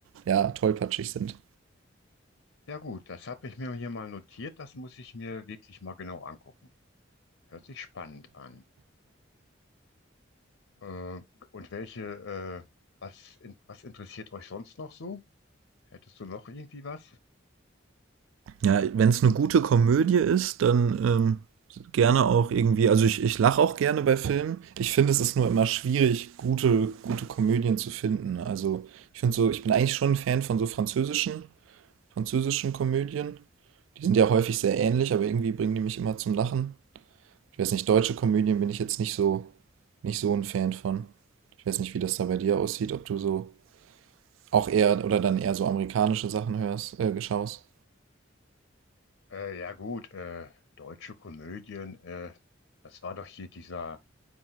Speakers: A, on the right; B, on the left.
A: ja, tollpatschig sind.
B: Ja gut, das habe ich mir hier mal notiert. Das muss ich mir wirklich mal genau angucken. Hört sich spannend an. Äh, und welche, äh, was, in, was interessiert euch sonst noch so? Hättest du noch irgendwie was?
A: Ja, wenn es eine gute Komödie ist, dann ähm, gerne auch irgendwie. Also ich, ich lache auch gerne bei Filmen. Ich finde, es ist nur immer schwierig, gute, gute Komödien zu finden. Also ich finde so, ich bin eigentlich schon ein Fan von so französischen, französischen Komödien. Die sind ja häufig sehr ähnlich, aber irgendwie bringen die mich immer zum Lachen. Ich weiß nicht, deutsche Komödien bin ich jetzt nicht so, nicht so ein Fan von. Ich weiß nicht, wie das da bei dir aussieht, ob du so auch eher oder dann eher so amerikanische Sachen hörst, äh, schaust.
B: Äh, ja gut, äh, deutsche Komödien, äh, das war doch hier dieser,